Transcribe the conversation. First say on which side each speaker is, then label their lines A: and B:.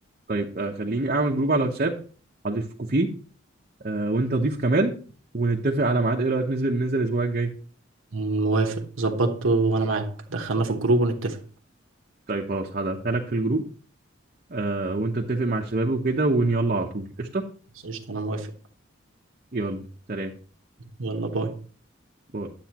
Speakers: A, on the right; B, on the right.
A: طيب آه، خليني اعمل جروب على واتساب اضيفكوا فيه آه، وانت ضيف كمال ونتفق على ميعاد ايه رأيك ننزل ننزل الاسبوع الجاي
B: موافق ظبطته وانا معاك دخلنا في الجروب ونتفق
A: طيب خلاص هدخلك في الجروب آه، وانت اتفق مع الشباب وكده ون- يلا على طول قشطة
B: خلاص، قشطه انا موافق
A: يلا سلام
B: يلا باي
A: باي.